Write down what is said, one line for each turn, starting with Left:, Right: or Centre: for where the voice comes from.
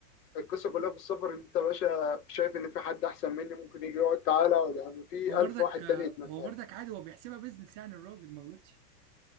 Left: القصه كلها في السفر ان انت يا باشا شايف ان في حد احسن مني ممكن يجي يقعد تعالى اقعد يعني في
Right: هو برضك
Left: الف واحد
Right: آه،
Left: تاني يتمنى
Right: هو برضك عادي هو بيحسبها بيزنس يعني الراجل ما غلطش